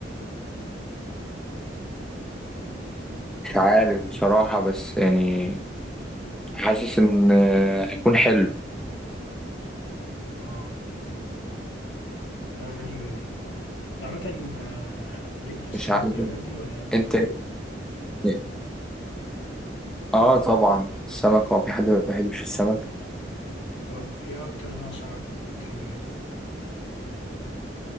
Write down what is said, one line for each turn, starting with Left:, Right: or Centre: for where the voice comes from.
Centre: مش عارف بصراحة بس يعني حاسس ان آه، هيكون حلو
Left: اه لا غريبة دي انت عامة آه، ليك في السمك
Centre: مش عارف
Left: والحاجات دي ولا لا
Centre: انت إيه؟ اه طبعا السمك هو في حد ما بيحبش السمك
Left: طب ايه اكتر نوع سمك بتحب تاكله